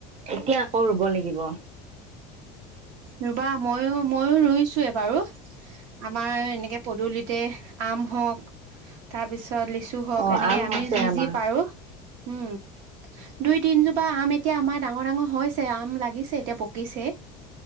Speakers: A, on the right; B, on the right.
A: এতিয়া আকৌ ৰুব লাগিব।
B: ৰুবা মইও-মইও ৰুইছোৱে বাৰু। আমাৰ এনেকে পদূলিতে, আম হওঁক তাৰ পিছত ত লিচু হওঁক,
A: অ
B: এনেকে
A: আম
B: আমি
A: হৈছে
B: যি
A: আমাৰ
B: যি পাৰোঁ। উম, দুই-তিনজোপা আম এতিয়া আমাৰ ডাঙৰ ডাঙৰ হৈছে। আম লাগিছে এতিয়া পকিছে।